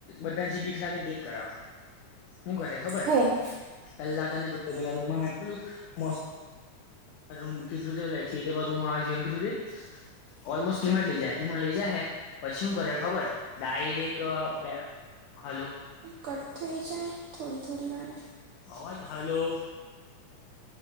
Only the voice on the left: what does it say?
બધા જે બીખ લાગે ને તેજ કરાવે હૈ. શું કરે ખબર
પેલા તને પેલા રૂમમાં મસ્ત. તારે રૂમ કેટલુ થિયેટરમાં રૂમ આવે એમ કેટલું રીતે ઓલમોસ્ટ જિમ મા જ લઈ જાય હ જીમાં લઈ જાય હે પછી હું કરે ખબર ડાયરેક્ટ હાલો.
અવાજ હલો.